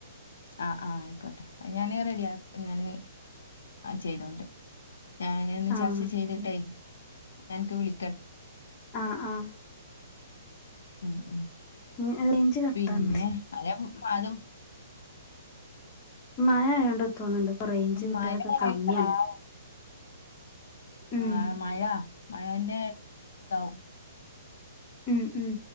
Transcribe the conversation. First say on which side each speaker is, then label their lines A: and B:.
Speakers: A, on the left (about 75°); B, on the left (about 25°).
A: ആഹ് ആഹ് ആയിക്കോട്ടെ അഹ് ഞാന് റെഡി ആക്ക് ഞാന് ചെയ്തോണ്ട് ഞാനൊന്ന്
B: ആഹ്
A: ചർച്ച
B: ഓക്കെ
A: ചെയ്തിട്ടെ അനക്ക് വിളിക്കണ്ട്
B: ആഹ് ആഹ്
A: ഉം ഉം
B: ഉം റേഞ്ച് കട്ടാവ്ണ്ട്
A: പിന്നെ <unintelligible>
B: മയ ആയോണ്ട തോന്നുണ്ട് ഇപ്പൊ റേഞ്ച് കിട്ടലൊക്കെ
A: മഴ
B: കമ്മിയാണ്
A: ആയിട്ടാവും
B: ഉം
A: ആഹ് മഴ മഴന്റെ ഇതാവും
B: ഉം ഉം